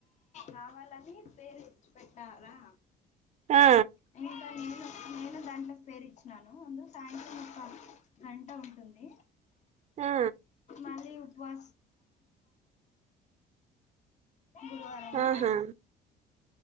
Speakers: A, on the left (about 45°); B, on the right (about 40°).
A: కావాలని పేరెంట్స్ పెట్టారా.
B: ఆ
A: <inaudible> నేను దాంట్లో పేరు ఇచ్చినాను అందు సాయంత్రం ఒక గంట ఉంటుంది.
B: హా.
A: <unintelligible> గురువారము.
B: ఆహా